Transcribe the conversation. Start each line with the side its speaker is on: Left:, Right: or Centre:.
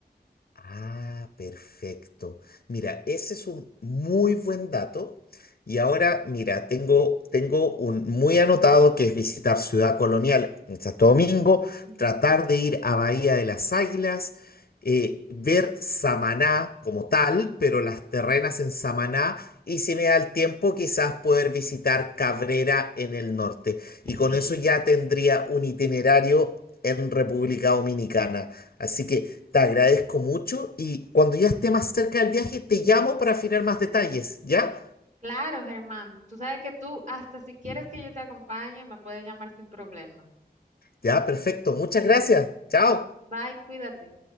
Left: Ah, perfecto. Mira, ese es un muy buen dato. Y ahora, mira, tengo, tengo un muy anotado que es visitar Ciudad Colonial en Santo Domingo,
Right: Ujú.
Left: tratar de ir a Bahía de las Águilas, eh, ver Samaná como tal, pero las terrenas en Samaná, y si me da el tiempo, quizás poder visitar Cabrera en el norte. Y con
Right: Sí.
Left: eso ya tendría un itinerario en República Dominicana. Así que... Te agradezco mucho y cuando ya esté más cerca del viaje te llamo para afinar más detalles, ¿ya?
Right: Claro, Germán. Tú sabes que tú, hasta si quieres que yo te acompañe, me puedes llamar sin problema.
Left: Ya, perfecto. Muchas gracias. Chao.
Right: Bye, cuídate.